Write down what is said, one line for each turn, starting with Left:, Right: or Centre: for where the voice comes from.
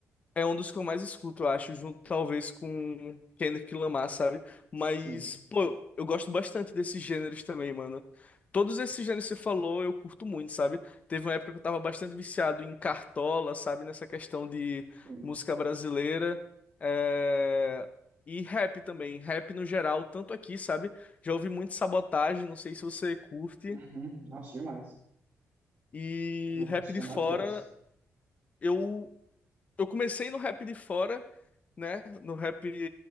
Left: É um dos que eu mais escuto, eu acho, junto talvez com Kendrick Lamar, sabe? Mas,
Right: Sim.
Left: pô, eu gosto bastante desses gêneros também, mano. Todos esses gêneros que você falou, eu curto muito, sabe? Teve uma época que eu tava bastante viciado em Cartola, sabe? Nessa questão de
Right: Sim.
Left: música brasileira. é, E rap também. Rap no geral, tanto aqui, sabe? Já ouvi muito Sabotagem, não sei se você curte.
Right: Uhum. Nossa, demais.
Left: E
Right: É um
Left: rap
Right: dos que
Left: de
Right: eu
Left: fora.
Right: mais gosto.
Left: Eu Eu comecei no rap de fora, né? No rap